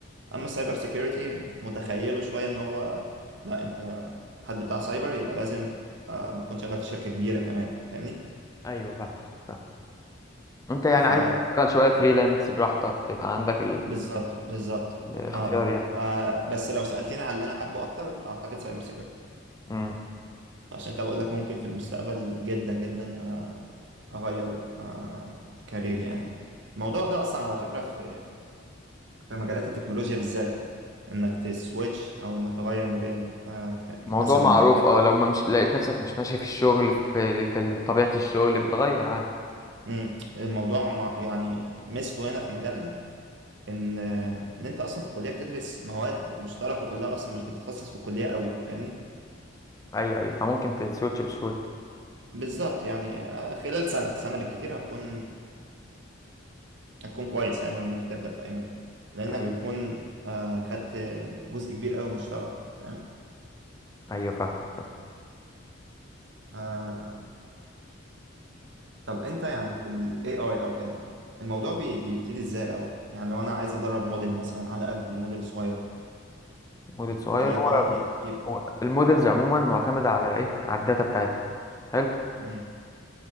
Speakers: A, on the right; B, on the left.
A: اما السايبر سيكيورتي متخيله شويه ان هو لا انت حد بتاع سايبر يبقى لازم آه، بتكون شغال في شركه كبيره كمان فاهمني
B: ايوه فاهم فاهم. انت يعني
A: ف
B: عايز تشتغل شويه فريلانس براحتك تبقى عندك
A: بالظبط بالظبط
B: الاختيار
A: اه اه
B: يعني
A: آه، بس لو سالتني على اللي انا حابه اكتر اعتقد سايبر سيكيورتي
B: امم
A: عشان كده بقول لك ممكن في المستقبل جدا جدا آه، اغير آه، كارير يعني وكده الموضوع ده اصلا على فكره في في مجالات التكنولوجيا بالذات انك تسويتش او انك تغير ما بين آه، ك- مثلا
B: موضوع معروف اه لو ما مش لقيت نفسك مش ماشي في الشغل في في طبيعة الشغل بتغير عادي
A: مم، الموضوع مع يعني ميزته هنا في مجالنا ان آه، ان انت اصلا في الكليه بتدرس مواد مشتركه كلها اصلا مش بتتخصص في الكليه قوي فاهمني
B: ايوه ايوه فممكن تسويتش بسهولة
A: بالظبط يعني آه، خلال سنه سنه بالكتير هتكون هتكون كويس يعني وانك تبدا في اي مجال لانك
B: ايوه
A: بتكون آه، خدت جزء كبير قوي مشترك فاهم
B: ايوه فاهم فاهم.
A: آه، طب انت يعني في ال AI او كده الموضوع بي بيبتدي ازاي او يعني لو انا عايز ادرب موديل مثلا على قدي موديل صغير
B: موديل صغير
A: وليكن
B: هو
A: يبقى يبقى
B: هو المودلز عموما معتمدة على ايه على الداتا بتاعتها حلو
A: امم